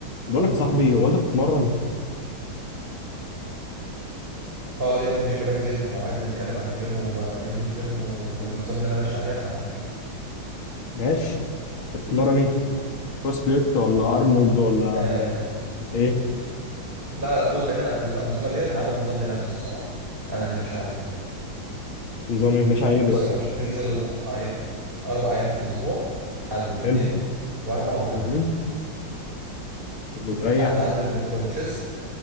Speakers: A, on the left; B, on the right.
A: بقول لك يا صاحبي هو انت بتتمرن
B: اه ليا في الجيم جامد جدا لو عايز نتكلم عن الجيم وتمارين الجيم والنظام اللي انا ماشي عليه انا معاك
A: ماشي انت بتتمرن ايه بروس بليت ولا ارنولد ولا
B: آه
A: ايه
B: لا لا بص بعيدا عن الانظمه ديت انا عامل نظام لنفسي بصراحه انا اللي ماشي عليه
A: نظام ايه ماشي على ايه دلوقتي
B: بص يا باشا ننزل اربع ايام اربع ايام في الاسبوع حد واثنين
A: حلو
B: واربع وخميس
A: امم وتريح
B: الحد عندك بندخل تشيست